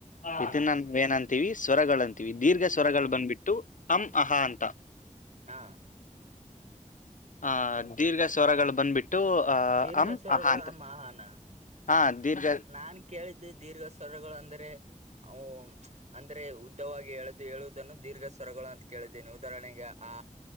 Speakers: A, on the right; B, on the left.
A: ಹ್ಮ್
B: ಇದನ್ನೇನಂತ ವಿ ಸ್ವರಗಳಂತೆ ದೀರ್ಘ ಸ್ವರಗಳು
A: ಹ್ಮ್
B: ಬಂದ್ಬಿಟ್ಟು ಅಂ ಅಹಾ ಅಂತ
A: ಹಾ
B: ಹ ದೀರ್ಘ ಸ್ವರಗಳು ಬಂದ್ಬಿಟ್ಟು ಅ
A: ದೀರ್ಘ
B: ಅಂ
A: ಸ್ವರಗಳು
B: ಅಹ ಅಂತ
A: ಆ ಮಹಾನ
B: ಹಾ ದೀರ್ಘ
A: ನಾನ್ ಕೇಳಿದ್ದು ದೀರ್ಘ ಸ್ವರಗಳು ಅಂದ್ರೆ ಓ ಅಂದ್ರೆ ಉದ್ದವಾಗಿ ಎಳದು ಹೇಳುವುದನ್ನು ದೀರ್ಘ ಸ್ವರಗಳು ಅಂತ ಕೇಳಿದ್ದೇನಿ ಉದಾಹರಣೆಗೆ ಆ